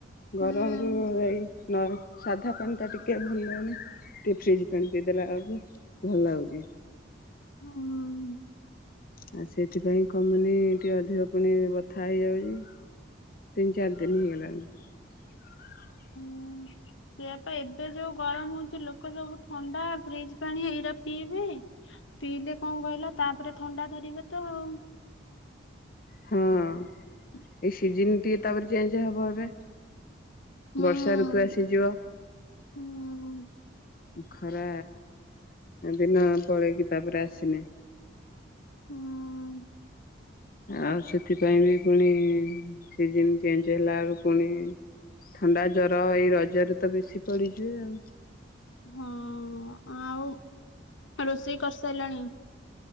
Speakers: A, on the left (about 50°); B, on the left (about 80°).
A: ଗରମରୁ
B: ହୁଁ
A: ଏଇ ନ ସାଧା ପାଣି ଟା ଟିକେ ଭଲ ଲାଗେନି। ଟିକେ ଫ୍ରିଜ୍ ପାଣି ପିଇଦେଲା ଓଳକୁ ଭଲ ଲାଗୁଛି।
B: ହଁ।
A: ଆଉ ସେଥିପାଇଁ କମୁନି ଟିକେ ଅଧିକ ପୁଣି ବଥା ହେଇଯାଉଚି। ତିନ ଚାରି ଦିନି ହେଇଗଲାଣି। ହ <inaudible>
B: ହୁଁ। ସେୟାପା ଏବେ ଯୋଉ ଗରମ ହୋଉଚି ଲୋକ ସବୁ ଥଣ୍ଡା ଫ୍ରିଜ୍ ପାଣି ଏଇରା ପିଇବେ। ପିଇଲେ କଣ କହିଲ ତାପରେ ଥଣ୍ଡା ଧରିବ ତ ଆଉ।
A: ହଁ ଏଇ ସିଜିନ୍ ଟିକେ ତାପରେ ଚେଞ୍ଜ ହବ ଏବେ।
B: ହୁଁ।
A: ବର୍ଷା ଋତୁ ଆସିଯିବ।
B: ହୁଁ
A: ଖରା ଦିନ ପଳେଇକି ତାପରେ ଆସିନେ
B: ହଁ।
A: ଆଉ ସେଥିପାଇଁ ବି ପୁଣି ସିଜିନ୍ ଚେଞ୍ଜ ହେଲା ଓଳୁ ପୁଣି ଥଣ୍ଡା ଜର ଏଇ ରଜରେ ତ ବେଶୀ ପଡିଯିବେ ଆଉ।
B: ହଁ ଆଉ ରୋଷେଇ କରିସାରିଲଣି?